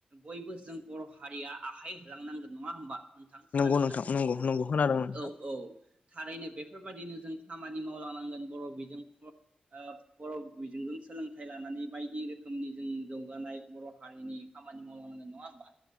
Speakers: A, on the right; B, on the left.
A: बयबो जों बर' हारिया आखाइ होलांनांगोन, नङा होमबा? नोंथां खोनादोंना?
B: नंगौ नोंथां नंगौ नंगौ खोनादों नोंथां
A: औ औ थारैनो बेफोरबायदिनो जों खामानि मावलाना नांगोन बर' बिजों फ ओ बर' बिजोंजों सोलोंथाइ लानानै बायदि रोखोमनि जों जौगानाय बर' हारिनि खामानि मावलांनांगोन, नङा होमबा?